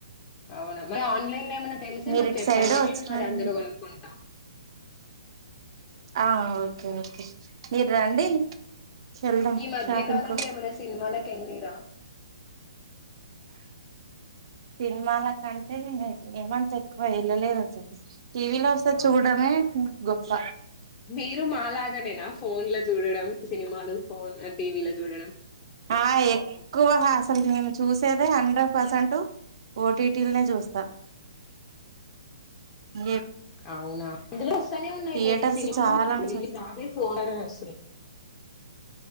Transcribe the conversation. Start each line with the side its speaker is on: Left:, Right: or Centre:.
Left: అవునా, మరి ఆన్ లైన్ లో ఏమైనా తెలిస్తే
Right: మీరు
Left: మాకు
Right: ఇటు
Left: చెప్పండి.
Right: సైడ్ వచ్చినండి
Left: నేను మరి అందులో కోనుక్కుంటా.
Right: ఆ ఓకే ఓకే మీరు రండి. వెళ్దాం
Left: ఈ మధ్యకాలంలో
Right: షాపింగ్ కు
Left: ఏమైనా సినిమాలకు ఏళ్ళిరా
Right: సినిమాల కంటే ఏమంతా ఏక్కువ ఎళ్ళలేదు అసలు. టీవీలో వస్తే చూడడమే
Left: అవును,
Right: గొప్ప
Left: మీరు మాలాగనేనా ఫోన్ లో చూడడం సినిమాలు, ఫోన్ టీవీలో చూడడం.
Right: ఆ ఎక్కువ అసలు మేము చూసేదే. హండ్రెడ్ పర్సెంట్ ఓటీటీలనే చూస్తా ఏ
Left: అవునా, ఇందులో వస్తానే ఉన్నాయి,
Right: థియేటర్స్
Left: లేడి సినిమాలు
Right: చాలా అంటే చాలా
Left: రావట్లే
Right: తక్కువ.
Left: ఫోన్లనే వస్తున్నాయి.